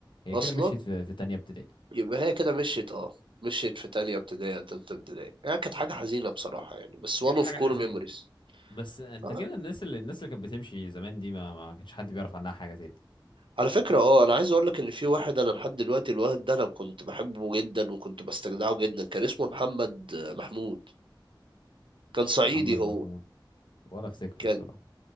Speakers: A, on the left; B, on the right.
A: هي
B: أصلا
A: كده مشيت في, في تانية ابتدائي
B: يبقى هي كده مشيت أه مشيت في تانية ابتدائي أو تالتة ابتدائي يعني كانت حاجة حزينة بصراحة يعني بس وان
A: كانت حاجة
B: أوف كور
A: حزينة
B: ميموريز
A: بس انت
B: آه.
A: كده الناس اللي الناس اللي كانت بتمشي زمان دي ما, ما كانش حد بيعرف عنها حاجة تاني
B: على فكرة اه انا عايز اقول لك ان في واحد انا لحد دلوقتي الواد ده انا كنت بحبه جدا وكنت بستجدعه جدا كان اسمه محمد آه، محمود كان صعيدي
A: محمد
B: هو
A: محمود ولا افتكره
B: كان
A: الصراحة